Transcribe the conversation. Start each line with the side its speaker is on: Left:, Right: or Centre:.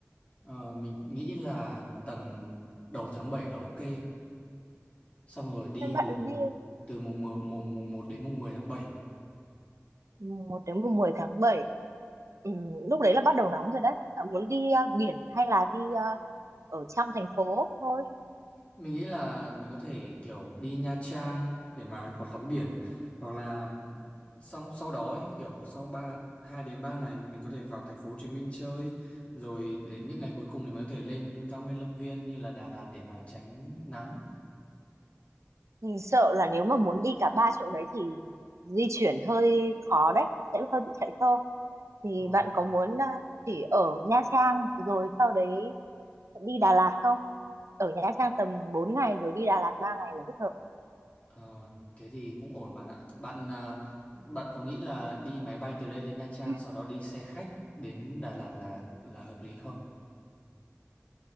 Left: Ờ, mình nghĩ là tầm đầu tháng 7 là ok. Xong rồi đi
Right: Nên bạn
Left: từ
Right: đi
Left: từ mùng mười- mùng mùng 1 đến mùng 10 tháng 7.
Right: mùng một đến mùng 10 tháng bảy, Ừm, lúc đấy là bắt đầu nóng rồi đấy. Bạn muốn đi à, biển hay là đi à, ở trong thành phố thôi?
Left: Mình nghĩ là mình có thể kiểu đi Nha Trang để mà có tắm biển hoặc là sau sau đó ấy, kiểu sau 3 2 đến 3 ngày thì mình có thể vào thành phố Hồ Chí Minh chơi rồi đến những ngày cuối cùng thì mình có thể lên cao nguyên Lâm Viên như là Đà Lạt để mà tránh nắng.
Right: Mình sợ là nếu mà muốn đi cả ba chỗ đấy thì di chuyển hơi khó đấy, sẽ hơi bị chạy xe. thì
Left: Ờ.
Right: bạn có muốn à, chỉ ở Nha Trang rồi sau đấy đi Đà Lạt không? Ở Nha Trang tầm 4 ngày rồi đi Đà Lạt 3 ngày là thích hợp.
Left: Ờ, thế thì cũng ổn bạn ạ. Bạn à, bạn có nghĩ là đi máy bay từ đây lên Nha Trang
Right: <laughs>
Left: sau đó đi xe khách đến Đà Lạt là là hợp lý không?